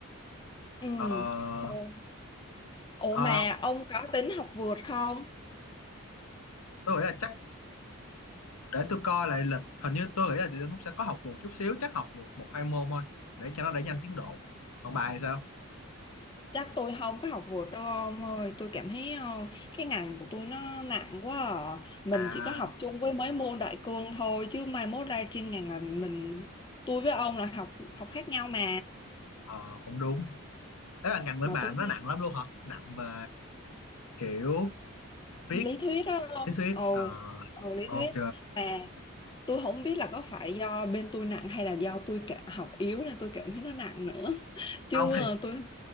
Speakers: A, on the left; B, on the left.
A: ừ
B: Ờ,
A: thôi ủa
B: ờ,
A: mà ông có tính học vượt không
B: tôi nghĩ là chắc để tôi coi lại lịch hình như tôi nghĩ là tụi tôi cũng sẽ có học vượt chút xíu chắc học vượt một hai môn thôi để cho nó đẩy nhanh tiến độ còn bài thì sao
A: Chắc tôi không có học vượt đâu ông ơi Tôi cảm thấy ờ, cái ngành của tôi nó nặng quá à. Mình
B: à
A: chỉ có học chung với mấy môn đại cương thôi Chứ mai mốt ra chuyên ngành là mình Tôi với ông là học học khác nhau mà
B: ờ, cũng đúng đấy là ngành bên
A: Mà
B: bà
A: tôi
B: nó
A: thấy
B: nặng lắm luôn hả nặng về kiểu viết
A: lý thuyết đó ông
B: lý thuyết
A: Ồ,
B: ờ
A: ồ lý
B: ok
A: thuyết Mà tôi không biết là có phải do bên tôi nặng Hay là do tôi cả học yếu nên tôi cảm thấy nó nặng nữa <laughs> Chứ
B: ông thì
A: ờ, tôi